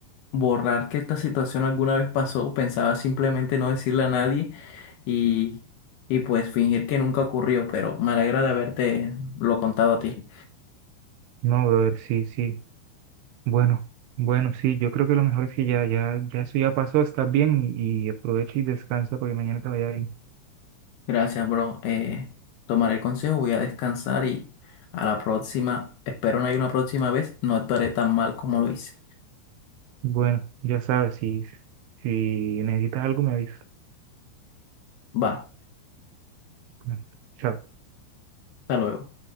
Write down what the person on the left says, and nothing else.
borrar que esta situación alguna vez pasó, pensaba simplemente no decirle a nadie y, y pues fingir que nunca ocurrió, pero me alegra de haberte lo contado a ti.
Gracias, bro. Eh, tomaré el consejo, voy a descansar y a la próxima, espero no haya una próxima vez, no actuaré tan mal como lo hice.
Va,
hasta luego.